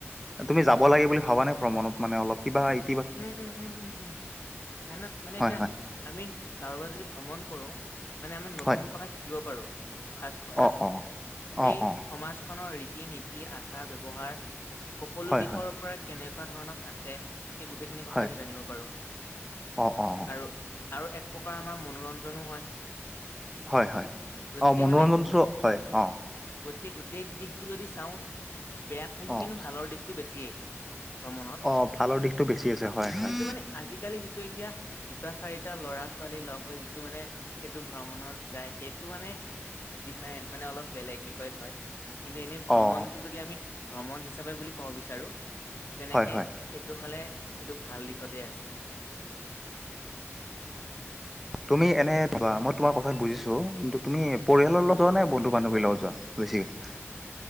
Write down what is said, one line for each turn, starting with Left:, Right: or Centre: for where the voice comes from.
Centre: তুমি যাব লাগে বুলি ভাবানে ভ্ৰমণত মানে অলপ কিবা এই
Left: উম উম উম উম মানত মানে
Centre: হয়
Left: এতিয়া
Centre: হয়
Left: আমি কাৰোবাৰ যদি ভ্ৰমণ কৰো, মানে আমি নতুন
Centre: হয়
Left: কথা শিকিব পাৰো। ফাৰ্ষ্ট কথা,
Centre: অঁ অঁ
Left: সেই
Centre: অঁ অঁ
Left: সমাজখনৰ ৰীতি-নীতি, আচাৰ-ব্যৱহাৰ সকলো
Centre: হয়
Left: দিশৰ
Centre: হয়
Left: পৰা, কেনেকুৱা ধৰণত আছে। সেই গোটেইখিনি কথা
Centre: হয়
Left: আমি জানিব পাৰো।
Centre: অঁ অঁ অঁ
Left: আৰু আৰু, এক প্ৰকাৰ আমাৰ মনোৰঞ্জনো হয়।
Centre: হয় হয়।
Left: গতিকে
Centre: অ মনোৰঞ্জনটো,
Left: মানে
Centre: হয় অ।
Left: গতিকে গোটেই দিশটো যদি চাওঁ, বেয়াত থাকি
Centre: অঁ
Left: কিন্তু ভালৰ দিশ টো বেছিয়েই, ভ্ৰমণত
Centre: অ ভালৰ দিশটো বেছি আছে হয়। হয়
Left: টো মানে আজিকালি যিটো এতিয়া দুটা, চাৰিটা, ল'ৰা-ছোৱালী লগ হৈ যিটো মানে সেইটো ভ্ৰমণত যায় সেইটো মানে ডিফাৰেণ্ট মানে অলপ বেলেগ বিষয়ত হয়। কিন্তু এনেই ভ্ৰমণটো
Centre: অঁ
Left: যদি আমি, ভ্ৰমণ হিচাপে বুলি ক'ব বিচাৰো, তেনেকে
Centre: হয় হয়
Left: সেইট টো হ'লে, সেইটো ভাল দিশতে আছে।
Centre: তুমি এনেই ভাবা মই তোমাৰ কথা বুজিছো, কিন্তু তুমি পৰিয়ালৰ লগত যোৱা নে,
Left: হয়
Centre: বন্ধু-বান্ধৱীৰ লগত যোৱা বেছিকে?